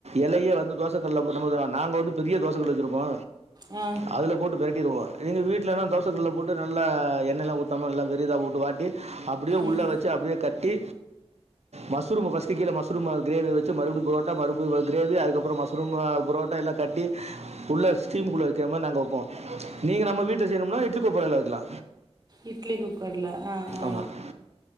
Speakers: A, on the right; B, on the right.
A: எலைய வந்து தோசைகள்ல பண்ணும் போதுலா நாங்க வந்து பெரிய தோசகல்லு வச்சிருப்போ
B: ஆ
A: அதுல போட்டு பெரட்டிருவோ நீங்க வீட்லனா தோசக்கல்ல போட்டு நல்லா எண்ணெல்லா ஊத்தாம நல்லா பெரியதா போட்டு வாட்டி அப்டியே
B: ம்
A: உள்ள வச்சு அப்டியே கட்டி மஷ்ரூம ஃபஸ்ட்டு கீழ மஷ்ரூம கிரேவி வச் சு மறுபடியு பொரோட்டா மறுபடியு வ கிரேவி அதுக்கப்றமா மஷ்ரூமு பொரோட்டா எல்லாக் கட்டி உள்ள ஸ்டீமுக்குள்ள வெக்காம நாங் ட்ருப்போ நீங்க நம்ம வீட்ல செய்னும்னா இட்லி கொப்பரைல வெக்கிலா
B: இட்லி குக்கர்ல ஆ ஆ
A: ஆமாம்